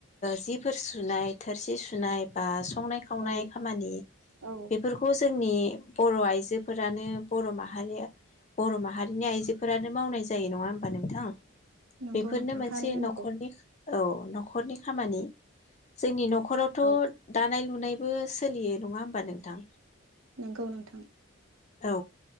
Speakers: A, on the left (about 35°); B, on the right (about 85°).
A: जिफोर सुनाय थोरसि सुनाय बा स संनाय खावनाय
B: औ
A: खामानि
B: औ
A: बेफोरखौ जोंनि बर आइजोफोरानो बर माहारिया बर माहारिनि आइजोफोरानो मावनाय जायो नङा होमबा नोंथां
B: नंगौ
A: बेफोरनो
B: नोंथां
A: मोनसे
B: थारैनो
A: नखरनि
B: नंगौ
A: खा औ नखरनि खामानि जोंनि नख नखरावथ
B: औ
A: दानाय लु नुनायबो सोलियो नङा होमबा नोंथां
B: नोंगौ नोंथां
A: औ